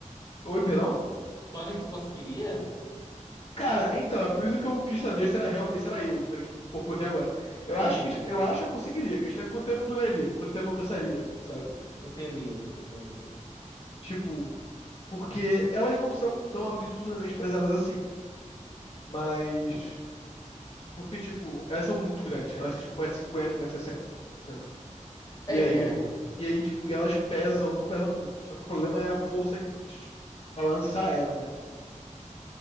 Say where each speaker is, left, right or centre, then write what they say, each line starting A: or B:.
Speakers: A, on the left; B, on the left.
A: Oi, perdão?
B: Tu acha que tu conseguiria?
A: Cara, então, é por isso que eu quis saber se era realmente, se era eu, entendeu? Tipo, com o corpo que eu tenho agora. Eu
B: Hum,
A: acho que, tipo, eu acho que eu conseguiria. A questão é quanto tempo eu duraria, quanto tempo eu cansaria, sabe?
B: entendi, entendi.
A: Tipo, porque elas não são tão absurdamente pesadas assim. Mas. Porque, tipo, elas são muito grandes. Elas são tipo, 1,50m, 160 sessenta entendeu?
B: É,
A: E aí. E aí, tipo, e elas pesam, não pesam muito. Só que o problema é a força que, de, tipo, balançar ela, né?